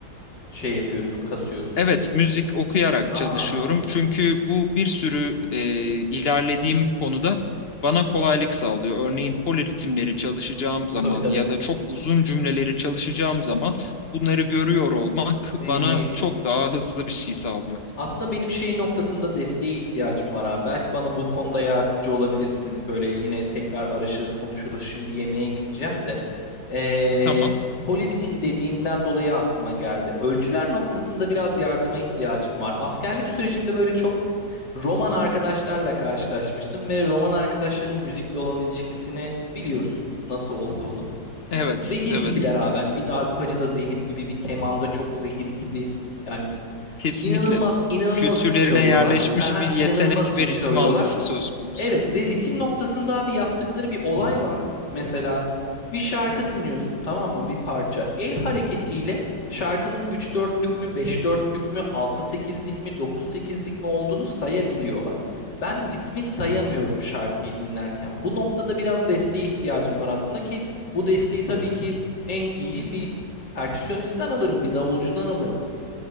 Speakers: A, on the left (about 60°); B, on the left (about 40°).
A: şey yapıyorsun, kasıyorsun?
B: Evet, müzik okuyarak
A: Aa,
B: çalışıyorum. Çünkü bu bir sürü e, ilerlediğim konuda bana kolaylık sağlıyor. Örneğin poliritimleri çalışacağım zaman
A: tabii
B: ya da çok uzun cümleleri çalışacağım zaman bunları görüyor olmak
A: tabii.
B: bana çok daha hızlı bir şey sağlıyor.
A: Aslında benim şey noktasında desteğe ihtiyacım var abi. Belki bana bu konuda yardımcı olabilirsin. Böyle yine tekrar arışırız, konuşuruz. Şimdi yemeğe gideceğim de. Ee,
B: Tamam.
A: poliritim dediğinden dolayı aklıma geldi. Ölçüler noktasında biraz yardıma ihtiyacım var. Askerlik sürecimde böyle çok roman arkadaşlarla karşılaşmıştım ve roman arkadaşların müzikle olan ilişkisini biliyorsun nasıl olduğunu. Hani
B: Evet,
A: zehir
B: evet.
A: gibiler abi. Hani bir darbukacı da zehir gibi, bir kemanda çok zehir gibi. Yani
B: Kesinlikle.
A: İnanılmaz inanılmaz
B: Kültürlerine
A: iyi çalıyorlar.
B: yerleşmiş
A: Haha,
B: bir
A: <laughs>
B: yetenek
A: inanılmaz iyi
B: ve
A: çalıyorlar.
B: ritim algısı söz konusu.
A: Evet ve ritim noktasında abi yaptıkları bir olay var. Mesela bir şarkı dinliyorsun tamam mı? Bir parça. El hareketiyle şarkının 3-4'lük mü, 5-4'lük mü, 6-8'lik mi, 9-8'lik mi olduğunu sayabiliyorlar. Ben ritmi sayamıyorum şarkıyı dinlerken. Bu noktada biraz desteğe ihtiyacım var aslında ki bu desteği tabii ki en iyi bir perküsyonistten alırım, bir davulcudan alırım.